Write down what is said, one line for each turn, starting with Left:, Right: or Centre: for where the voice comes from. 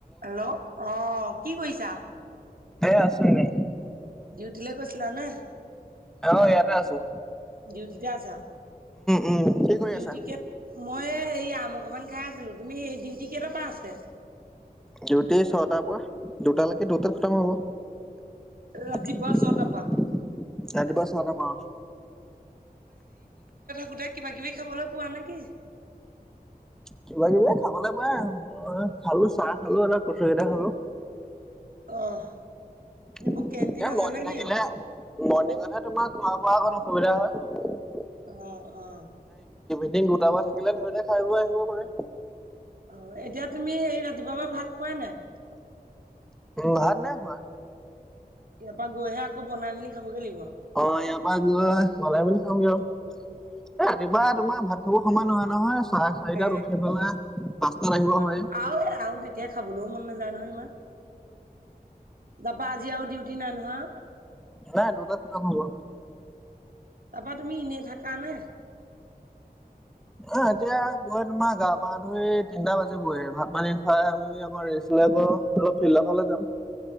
Right: Hello অ কি কৰিছা?
Centre: এ আছো এনেই
Right: ডিউটিলৈ গৈছিলা নে?
Centre: অ ইয়াতে আছোঁ।
Right: ডিউটিতে আছা?
Centre: উম কি কৰি
Right: ডিউটিকে
Centre: আছা?
Right: মই ই আম অকমান খায় আছিলো, তুমি সেই ডউটি- কেইটাৰ পৰা আছে?
Centre: ডিউটি ছটাৰ পৰ দুটালৈকে দুটাত খতম হ'ব।
Right: ৰাতিপুৱা
Centre: ৰাতিপুৱা
Right: ছটাৰ পৰা
Centre: <unintelligible> অ'।
Right: গোটেই কিবা কিবি খাবলৈ পোৱা নেকি?
Centre: কিবা কিবি এ খাবলে পায় আৰু খালো চাহ খালোএটা কচুৰি এটা খালো
Right: অ'।
Centre: এ
Right: এইবোৰ কেণ্টিন আছে
Centre: মৰ্ণিং
Right: নে
Centre: থাকিলে
Right: কিনো
Centre: মৰ্ণিংতহে তোমাক খোৱা-বোৱা অকণ অসুবিধা হয়।
Right: অ', অ'।
Centre: <unintelligible> দুটাপা থাকিলে ধুনীয়াকে খাই বৈ আহিব পাৰে।
Right: অ', এতিয়া তুমি সেই ৰাতিপুৱা পৰা ভাত খোৱাই নাই?
Centre: ভাত নাই খোৱা।
Right: ইয়াৰ পৰা গৈহে আকৌ বনাই মেলি খাবগে লাগিব
Centre: অ', ইয়াৰ পৰা গৈ, বনাই মেলি খামগে আৰু। এ ৰাতিপুৱা তোমাৰ ভাত খাব সময় নহয় নহয়। চাৰে চাৰিটাত
Right: এ,
Centre: উঠি পেলাই পাঁচটাত
Right: নহয়তো
Centre: আহিব হয়ে।
Right: আৰু এ আৰু তেতিয়া খাবলৈও মন নাযায় নহয় ইমান তাৰপৰি আজি আৰু ডিউটি নাই নহয়
Centre: নাই, দুটাত খতম হব।
Right: তাৰপা তুমি এনেই থাকা নে?
Centre: অ এতিয়া গৈ তোমাৰ গা পা ধুই তিনটা বাজি বৈ ভাত পানী খাই আবেলী অকমান ৰেছ আকৌ অলপ ফিলদৰ ফালে যাম